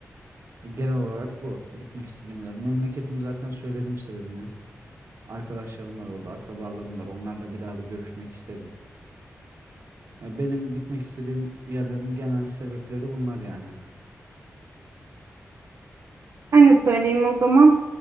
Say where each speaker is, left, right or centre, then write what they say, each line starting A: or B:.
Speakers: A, on the right (about 65°); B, on the right (about 90°).
A: E, Genel olarak bu. Gitmek istediğim yer. Memleketim zaten söyledim sebebini. Arkadaşlarım var orada, akrabalarım var. Onlarla bir daha bir görüşmek isterim. Ya benim gitmek istediğim yerlerin genel sebepleri bunlar yani.
B: Ben de söyleyeyim o zaman.